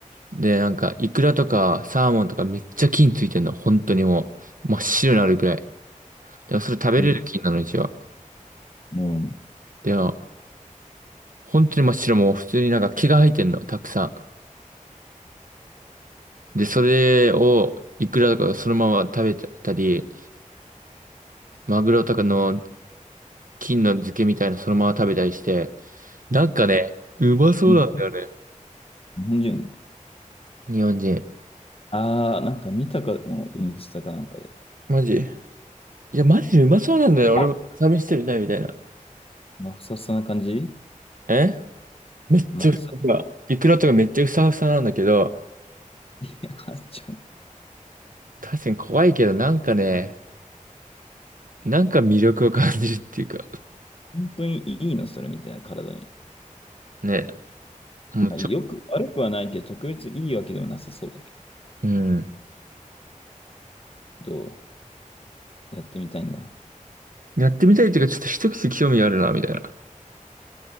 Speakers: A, on the right (about 75°); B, on the left (about 45°).
A: で、なんかイクラとかサーモンとかめっちゃ金ついてんの。本当にもう真っ白になるくらい。でもそれ食べれる菌なの、
B: に
A: 一応。
B: うん。
A: でも、本当に真っ白もう普通になんか毛が生えてんの、たくさん。で、それをイクラとかそのまま食べたり、マグロとかの菌の漬けみたいなそのまま食べたりして、なんかね、うまそうなんだよね。
B: に日本人。
A: 日本人。
B: ああ、なんか見たかも、インスタかなんかで。
A: マジいや、マジでうまそうなんだよ。
B: あ
A: 俺も試してみたいみたいな。
B: のふさふさな感じ
A: えめっちゃ、
B: あのふさふさ。
A: イクラとかめっちゃふさふさなんだけど、
B: いや、ちょ、
A: 確かに怖いけど、なんかね、なんか魅力を感じるっていうか、
B: 本当にいいのそれみたいな体に。
A: ね、もうちょ、
B: よく、悪くはないけど、特別いいわけでもなさそうだけど。
A: うん。
B: どうやってみたいんだ。
A: やってみたいというか、ちょっと一口興味があるな、みたいな。